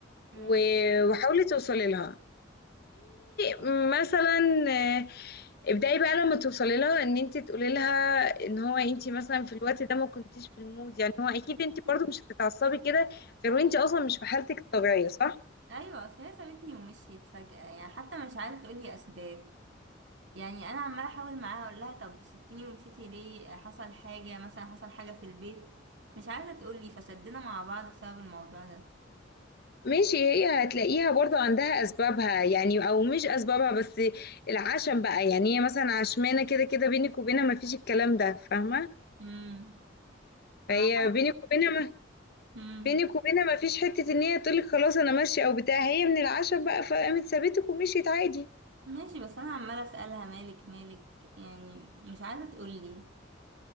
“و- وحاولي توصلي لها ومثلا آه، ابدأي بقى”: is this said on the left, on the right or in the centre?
Left